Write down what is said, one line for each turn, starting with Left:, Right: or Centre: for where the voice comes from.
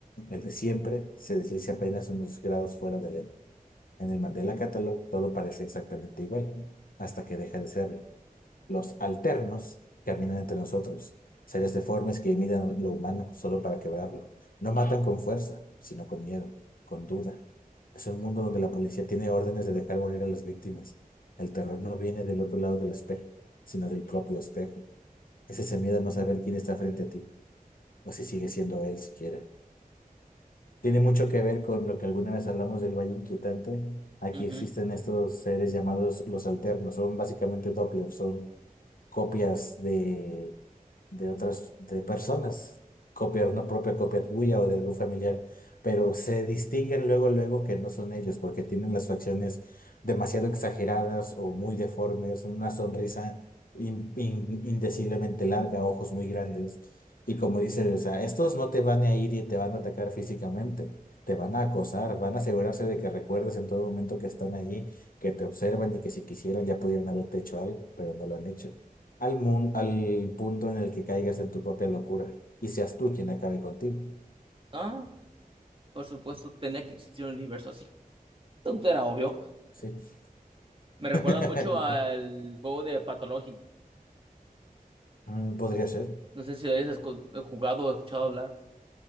Left: el de siempre, se deslice apenas unos grados fuera de él. En el Mandela Catalog todo parece exactamente igual, hasta que deja de serlo. Los alternos caminan entre nosotros, seres deformes que imitan lo humano solo para quebrarlo. No matan con fuerza, sino con miedo, con duda. Es un mundo donde la policía tiene órdenes de dejar morir a las víctimas. El terror no viene del otro lado del espejo, sino del propio espejo. Es ese miedo a no saber quién está frente a ti, o si sigue siendo él siquiera. Tiene mucho que ver con lo que alguna vez hablamos del valle inquietante. Aquí
Right: Ujú.
Left: existen estos seres llamados los alternos, son básicamente Doppler, son copias de, de otras de personas, copia, una propia copia tuya o de algún familiar, pero se distinguen luego, luego que no son ellos, porque tienen las facciones demasiado exageradas o muy deformes, una sonrisa in- in- indeciblemente larga, ojos muy grandes. Y como dice, o sea, estos no te van a ir y te van a atacar físicamente, te van a acosar, van a asegurarse de que recuerdes en todo momento que están ahí, que te observan y que si quisieran ya pudieran haberte hecho algo, pero no lo han hecho al, mun- al punto en el que caigas en tu propia locura y seas tú quien acabe contigo.
Right: Ah, por supuesto, tenía que existir un universo así. Esto Era obvio.
Left: Sí.
Right: Me recuerda
Left: <laughs>
Right: mucho al juego de Pathologic.
Left: Mm, Podría
Right: <laughs>
Left: ser.
Right: No sé si lo hayas escu- jugado o escuchado hablar.